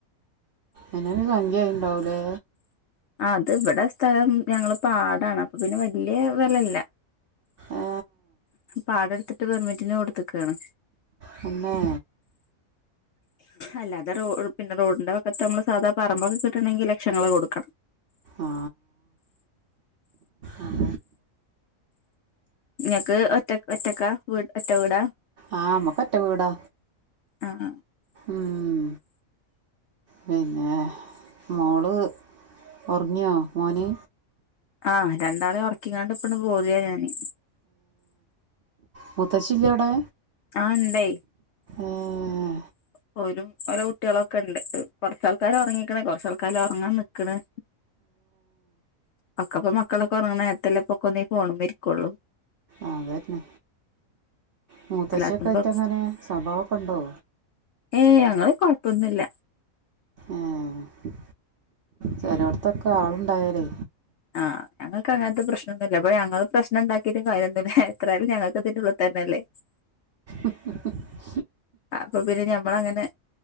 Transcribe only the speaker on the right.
അയ്നൊരു സംഖ്യ ആയിണ്ടാവുല്ലേ
ഏ
തന്നെ
ആ ആ
ആമ്മക്ക ഒറ്റ വീടാ
ഉം പിന്നെ മോള് ഉറങ്ങിയോ മോന
മുത്തച്ചി ഇല്ലെവിടെ
ആഹ
ആതരന്നെ മൂത്തശ്ഛക്കെ
ആയിട്ട അങ്ങനെ സ്വഭാവൊക്കെ ഉണ്ടോ
ആഹ ചിലവിടത്തൊക്കെ ആളുണ്ടായാലേ
ഉ